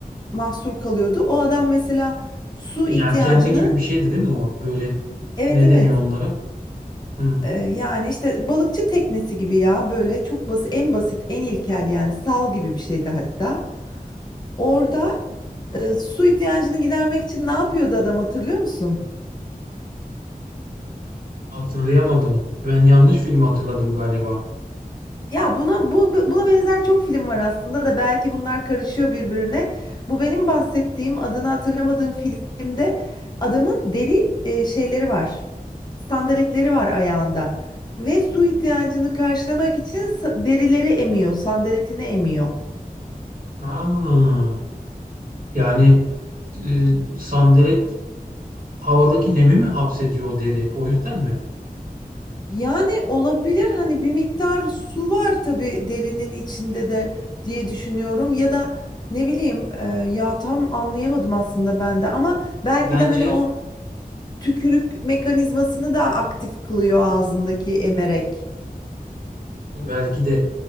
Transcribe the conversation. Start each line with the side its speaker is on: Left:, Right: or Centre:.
Left: mahsur kalıyordu. O adam mesela su
Right: Yelkenli
Left: ihtiyacını
Right: gibi bir şeydi değil mi o? Böyle
Left: evet
Right: ne
Left: evet
Right: deniyor onlara? Hı,
Left: Ee, yani işte balıkçı teknesi gibi ya böyle çok basit en basit en ilkel yani sal gibi bir şeydi hatta. Orada e, su ihtiyacını gidermek için ne yapıyordu adam hatırlıyor musun?
Right: hatırlayamadım. Ben yanlış film hatırladım galiba.
Left: Ya buna bu buna benzer çok film var aslında da belki bunlar karışıyor birbirine. Bu benim bahsettiğim adını hatırlamadığım filmde adamın deri e, şeyleri var. Sandaletleri var ayağında ve su ihtiyacını karşılamak için sa- derileri emiyor, sandaletini emiyor.
Right: Ha, yani e, sandalet havadaki nemi mi hapsediyor o deri? O yüzden mi?
Left: Yani olabilir hani bir miktar su var tabii derinin içinde de diye düşünüyorum ya da ne bileyim e, ya tam anlayamadım aslında ben de ama belki
Right: Bence
Left: de hani o tükürük mekanizmasını da aktif kılıyor ağzındaki emerek.
Right: belki de.